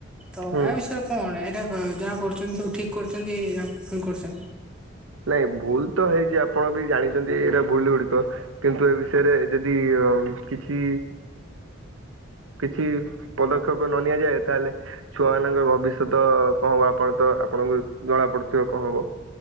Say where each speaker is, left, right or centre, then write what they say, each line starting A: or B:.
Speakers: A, in the centre; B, on the right.
A: ତ
B: ହୁଁ।
A: ଏୟା ବିଷୟରେ କଣ ଏଇଟା ଯାହା କରୁଛନ୍ତି ସବୁ ଠିକ କରୁଛନ୍ତି ଭୁଲ କରୁଛନ୍ତି?
B: ନାଇଁ ଭୁଲ ତ ହେଇଛି ଆପଣ ବି ଜାଣିଛନ୍ତି ଏଇରା ଭୁଲ ଗୁଡିକ କିନ୍ତୁ ଏ ବିଷୟରେ ଯଦି ଯଦି କିଛି କିଛି ପଦକ୍ଷେପ ନ ନିଆଯାଏ ତାହେଲେ ଛୁଆ ମାନଙ୍କର ଭବିଷ୍ୟତ କଣ ହବ ଆପଣ ତ ଆପଣଙ୍କୁ ଜଣା ପଡୁଥିବ କଣ ହବ।